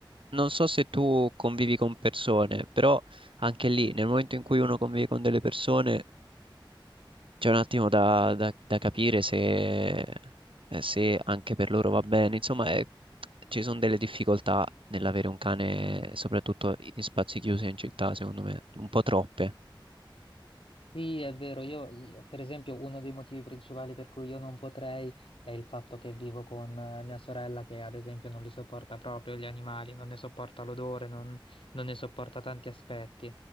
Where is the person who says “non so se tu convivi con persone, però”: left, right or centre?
Right